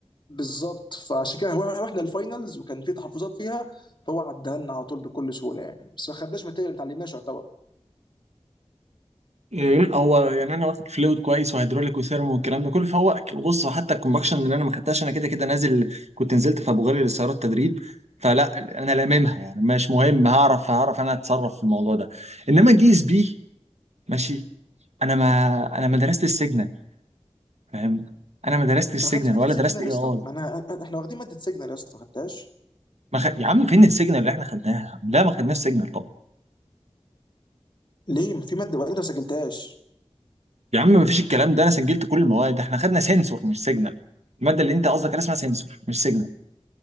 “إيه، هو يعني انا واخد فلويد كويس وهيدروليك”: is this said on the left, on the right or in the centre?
Right